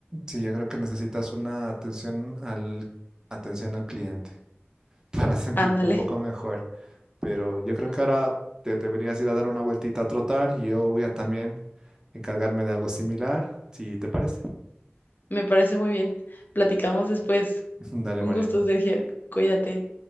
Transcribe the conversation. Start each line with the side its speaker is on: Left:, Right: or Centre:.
Right: sí, yo creo que necesitas una atención al, atención al cliente <laughs> para sentirte
Left: Ándale,
Right: un poco mejor. Pero yo creo que ahora te deberías ir a dar una vueltita a trotar y yo voy a también encargarme de algo similar, si te parece.
Left: <laughs> me parece muy bien. Platicamos después.
Right: <laughs> Dale,
Left: Un
Right: Mariana.
Left: gusto, Sergio. Cuídate.